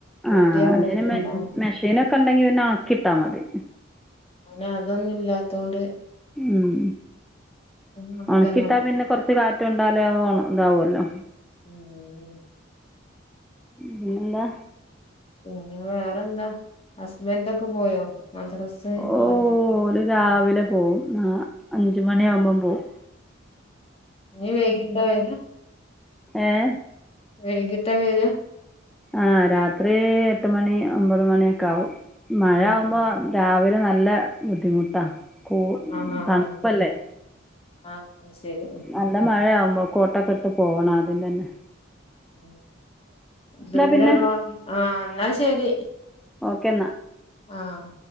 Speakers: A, in the centre; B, on the left (about 30°).
A: ആ
B: റെഡി ആവേക്കില്ല
A: അല്ലെ മെഷീനൊക്കെ ഉണ്ടെങ്കി പിന്നെ ഒണക്കി ഇട്ടാ മതി
B: ഉം അനെ അതൊന്നുല്ലാത്തോണ്ട്
A: ഉം
B: കണക്കന്നെ
A: ഉണക്കിട്ടാ പിന്നെ കൊറച്ച് കാറ്റുണ്ട് തലേ പോവുണ്ടവുല്ലോ
B: ഉം
A: പിന്നെന്താ
B: പിന്നെ വേറെന്താ ഹസ്ബൻഡൊക്കെ പോയോ മദ്രസേ
A: ഓ
B: പോയിണ്ട്
A: ഓല് രാവിലെ പോവും ആ അഞ്ച് മണിയാവുമ്പം പോവും
B: ഇനി വൈകീട്ടായി കൈഞ്ഞാ
A: ഏഹ്
B: വൈകിട്ടാ വെരാ
A: ആ രാത്രി എട്ട് മണി ഒമ്പത് മണിയൊക്കാവും മഴ
B: ആഹ്
A: ആവുംമ്പോ രാവിലെ നല്ല ബുദ്ധിമുട്ടാ കൂ
B: ആഹ്
A: തണുപ്പല്ലേ
B: ആഹ് ആഹ് ശരി
A: നല്ല മഴയാവും കോട്ട്ക്ക്ട്ട് പോണം ആദിന്റന്നെ
B: ഉം ദൂരുള്ള
A: പിന്നെ
B: ആ എന്നാ ശെ ശെരി
A: ഓക്കെ എന്നാ
B: ആഹ്